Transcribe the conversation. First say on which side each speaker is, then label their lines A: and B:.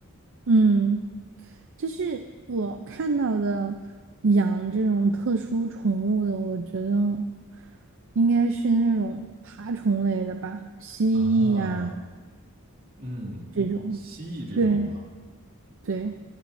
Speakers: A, on the right; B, on the right.
A: 嗯，就是我看到的养这种特殊宠物的，我觉得应该是那种爬虫类的吧，蜥蜴呀、
B: 啊，嗯，
A: 这种。
B: 蜥蜴这种啊，
A: 对，对，